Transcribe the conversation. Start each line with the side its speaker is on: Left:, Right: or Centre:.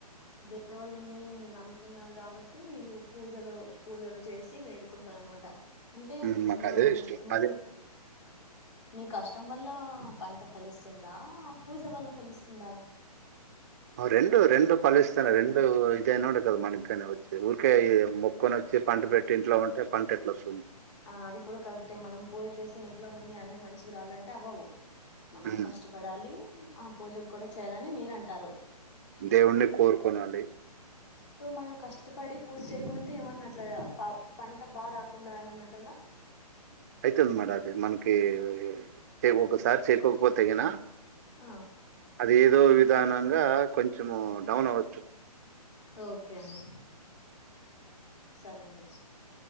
Left: దేవుళ్ళని నమ్ముతున్నారు కాబట్టి మీరు పూజలు పూజలు చేసి వేడుకుంటరు అనమాట అంటే
Right: ఉమ్, మాకు
Left: ఇప్పుడు
Right: అదే ఇష్టం
Left: మీ
Right: అదే
Left: మీ కష్టం వల్ల పంట ఫలిస్తుందా పూజ వల్ల ఫలిస్తుందా
Right: <inaudible> రెండు రెండు ఫలిస్తాయి రెండు ఇదయినప్పుడే కదా మనగానే వచ్చిది ఊరికే మొక్కొని వచ్చి పంట పెట్టి ఇంట్లో ఉంటే పంట ఎట్ల వస్తుంది
Left: ఆ అది కూడ కరెక్టే మనం పూజ చేసి ఇంట్లో ఉండి అన్ని మంచిగ రావాలంటే అవ్వవు మనం
Right: ఉమ్,
Left: కష్టపడాలి ఆ పూజలు కూడా చేయాలని మీరంటారు
Right: దేవుని కోరుకోనండి
Left: ఇప్పుడు మనం కష్టపడి పూజ చేయకుంటే ఏమన్నా అట్ల పంట బాగా రాకుండా ఏమన్న ఉంటుందా
Right: అయితది మరి అది మనకి ఓకే ఒకసారి చేప్పకపొతే గినా
Left: ఆ
Right: అది ఏదో విధంగా కొంచము డౌన్ అవ్వచ్చు
Left: ఓకే అండి సరే అండి